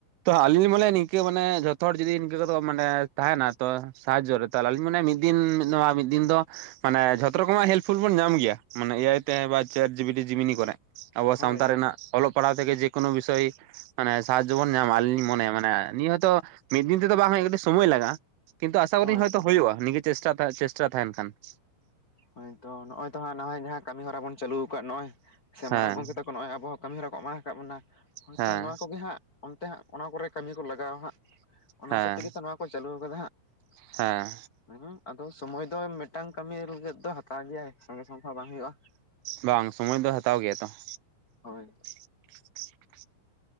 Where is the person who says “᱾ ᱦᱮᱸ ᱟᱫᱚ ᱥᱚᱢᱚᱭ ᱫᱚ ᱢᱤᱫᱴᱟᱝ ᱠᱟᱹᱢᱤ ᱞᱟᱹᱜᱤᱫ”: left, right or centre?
Left